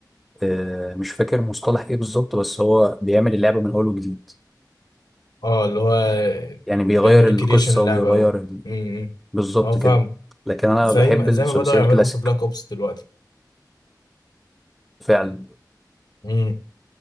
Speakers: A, in the centre; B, on the left (about 65°).
A: آه، مش فاكر مصطلح ايه بالظبط بس هو بيعمل اللعبة من اول وجديد
B: اه اللي هو
A: يعني بيغير
B: بيعمل ريكريشن
A: القصة
B: اللعبه
A: وبيغير
B: قوي
A: ال-
B: امم
A: بالظبط
B: اه فاهم
A: كده لكن انا
B: زي
A: بحب
B: ما
A: الثلاثية
B: زي ما بدأوا يعملوا
A: الكلاسيك
B: في بلاك اوبس دلوقتي
A: فعلا
B: امم